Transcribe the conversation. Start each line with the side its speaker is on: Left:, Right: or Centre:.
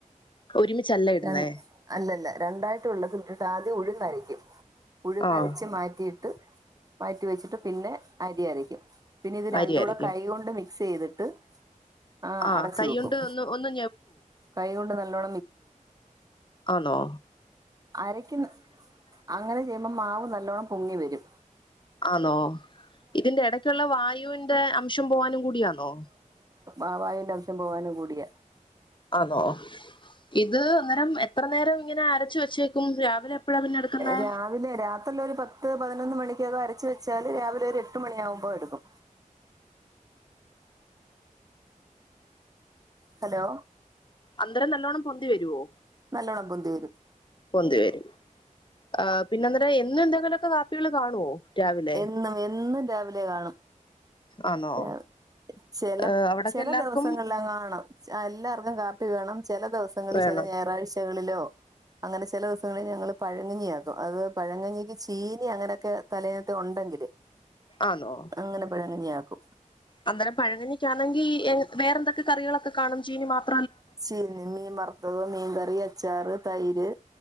Left: ഒരുമിച്ചല്ല ഇടുന്നേ
Right: രൺ അല്ലല്ല രണ്ടായിട്ട് വെള്ളത്തിലിട്ട്ട്ട് ആദ്യം ഉഴ്ന്നരയ്ക്കും ഉഴ്ന്നരച്ച്
Left: ആഹ്
Right: മാറ്റി മാറ്റി വെച്ചിട്ട് പിന്നെ അരി അരക്കും പിന്നെ ഇത്
Left: അരി
Right: രണ്ടൂടെ
Left: അരയ്ക്കും
Right: കൈ കൊണ്ട് സെയ്തിട്ട്, ആ,
Left: ആഹ്
Right: അടച്ചു
Left: കൈകൊണ്ട്
Right: വെക്കും,
Left: ഒന്ന് ഒന്ന്
Right: കൈ കൊണ്ട് നല്ലോം
Left: ആണോ.
Right: അരക്ക്ന്ന്, അങ്ങനെ, ചെയ്യുമ്പം, മാവ്, നല്ലോണ്ണം, പൊങ്ങിവരും.
Left: ആന്നൊ, ഇതിന്റെ എടക്കുള്ള, വായുന്റെ, അംശം പോവാനും, കൂടിയാന്നൊ
Right: ആ, വായുന്റെ, അംശം, പോവാനു കൂടിയ
Left: ആന്നോ, ഇത് അന്നേരം, എത്ര നേരം, ഇങ്ങനെ അരച്ച്, വെച്ചേക്കും, രാവിലെ എപ്പഴാ പിന്നെ എടുക്കുന്നേ
Right: രാവിലെ, രാത്രില്ല, ഒരു പത്ത്, പതിന പതിനൊന്ന്, മണിക്കകെ, അരച്ചു വെച്ചാല്, രാവിലെ ഒരു, എട്ട് മണിയാവുമ്പോ, എടുക്കും. ഹലോ.
Left: അന്നേരം നല്ലോണ്ണംപൊന്തി വരുവോ
Right: നല്ലോണം, പൊന്തിവരും.
Left: ന്തിവരുംപിന്നെ അന്നേരംഎന്നു എന്തെങ്കിലുമൊക്കെ കാപ്പികൾ കാണുവോ രാവിലെ
Right: എന്നും, എന്നും, രാവിലെ, കാണും.
Left: ആന്നോ
Right: ആ, ചെല,
Left: ഏഹ് അവിടൊക്കെ
Right: ചെല
Left: എല്ലാർക്കും
Right: ദിവസങ്ങളല്ലാം കാണാം. എല്ലാർക്കും, കാപ്പി വേണം, ചെല ദിവസങ്ങളിൽ,
Left: വേണം
Right: ചില, ഞായറാഴ്ചകളിലോ അങ്ങനെ, ചില ദിവസങ്ങലിൽ, ഞങ്ങള്, പഴങ്ങഞ്ഞിയാക്കും, അത് പഴങ്ങഞ്ഞിക്ക്, ചീനി അങ്ങനെയൊക്കെ, തലേനത്തെ, ഉണ്ട ങ്കിൽ,
Left: ആന്നോ
Right: അങ്ങനെ പഴങ്കഞ്ഞിആക്കും
Left: അന്നേരം, പഴങ്ങിനക്കാണെങ്കിൽ, എ, വേറെ എന്തൊക്കെ, കറികളൊക്കെ, കാണും, ചീനി മാത്രം
Right: ച്ച്, മീൻ, വറുത്തത്, മീൻ കറി, അച്ചാറ്, തൈര്,